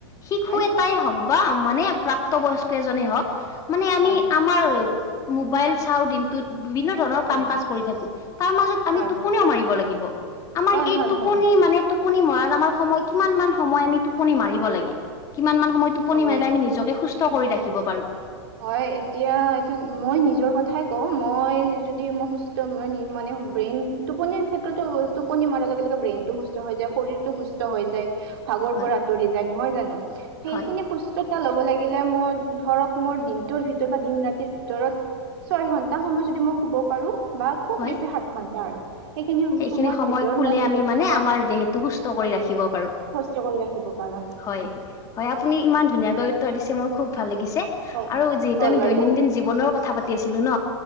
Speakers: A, on the left; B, on the right.
A: শিশু
B: হয়
A: এটাই হওক বা মানে প্ৰাপ্ত বয়স্ক এজনে হওক মানে আমি
B: হয়
A: আমাৰ মোবাইল চাওঁ দিনটোত, বিভিন্ন ধৰণৰ
B: হয়
A: কাম কাজ কৰি থাকো। তাৰ মাজত আমি
B: হয়
A: টোপনিও মাৰিব লাগিব৷ আমাৰ
B: হয়
A: এই
B: হয়
A: টোপনি মানে টোপনি মৰাৰ আমাৰ সময় কিমান মান সময় আমি টোপনি মাৰিব লাগে? কিমান মান সময় টোপনি
B: হয়
A: মাৰিলে আমি
B: হয়
A: নিজকে সুস্থ কৰি ৰাখিব পাৰো?
B: হয়, এতিয়া-এতিয়া মই নিজৰ কথাই কওঁ, মই যদি মই সুস্থ <unintelligible> ব্ৰেইন টোপনিৰ ক্ষেত্ৰতোতে টোপনি মৰাৰ লগে লগে ব্ৰেইনটো সুস্থ হৈ যায়, শৰীৰটো সুস্থ হৈ যায়। ভাগৰ
A: হয়
B: পৰা আঁতৰি যায় নহয় জানো? সেইখিনি
A: হয়
B: সুস্থতা ল'ব লাগিলে মই ধৰক মোৰ দিনটোৰ ভিতৰত বা দিন ৰাতিৰ ভিতৰত ছয় ঘন্টা সময় যদি মই শুব পাৰো বা খুব
A: হয়
B: বেছি সাত ঘণ্টা আৰু।
A: সেইখিনি
B: সময়ৰ
A: সময়
B: ভিতৰত
A: শুলে
B: মই নিজক
A: আমি মানে,
B: হয়
A: আমাৰ দেহটো সুস্থ কৰি ৰাখিব পাৰো।
B: সুস্থ কৰি ৰাখিব পাৰো
A: হয়, হয়, আপুনি ইমান ধুনীয়াকৈ <unintelligible> দিছে মোৰ খুব ভাল লাগিছে
B: হয়
A: আৰু যিহেতু
B: হয়
A: আমি
B: বাৰু
A: দৈনন্দিন জীৱনৰ কথা পাতি আছিলো ন